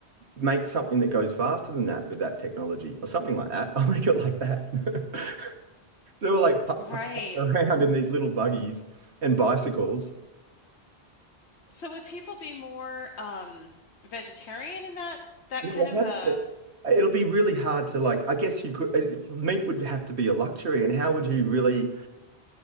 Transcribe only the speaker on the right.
make something that goes faster than that with that technology or something like that. <laughs> I'll make it like that. <laughs> They were like putt,
putt, putt around in these little buggies and bicycles.
Yeah,
They
have
to, It'll be really hard to like, I guess you could, it- meat would have to be a luxury. And how would you really,